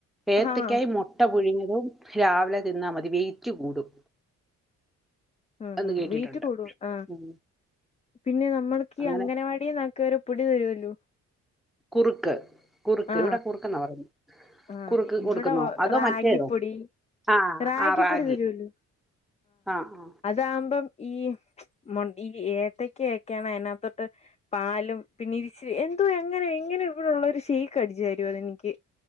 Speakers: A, in the centre; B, on the left.
A: ഏത്തക്കായി
B: ആഹ്
A: മുട്ട പുഴിങ്ങത തും രാവിലെ തിന്നാ മതി വെയിറ്റ് കൂടും.
B: ആ
A: എന്ന്
B: ആ
A: കേട്ടിട്ടുണ്ട്
B: വെയിറ്റ് കൂടും. ആ
A: ഉം
B: പിന്നെ നമ്മൾക്ക്
A: അങ്ങനെ
B: അംഗനവാടിയന്നക്ക ഒരു പൊടി തരുവല്ലോ.
A: കുറുക്ക് കുറുക്ക്
B: ആഹ്
A: ഇവിടെ കുറുക് എന്നാ പറയുന്നത്.
B: ആഹ്
A: കുറുക്ക്
B: ഇവിടെ
A: ക്ന്നോ അതോ
B: റാഗിപ്പൊടി
A: മറ്റേതോ ആഹ
B: റാഗിപ്പൊടി
A: ആ റാഗി.
B: തരുവല്ലോ
A: ആഹ് ആഹ
B: അതാകുമ്പം ഈ ഈ ഏത്തക്കക്കെയാണ് അതിനകത്തൊട്ട് പാലും പി <unintelligible> രിച്ച എന്തോ എങ്ങനെ എങ്ങനെ ഇവിടെള്ളവർ ഷെയ്ക്ക് അടിച്ചുതരും അതെനിക്ക്.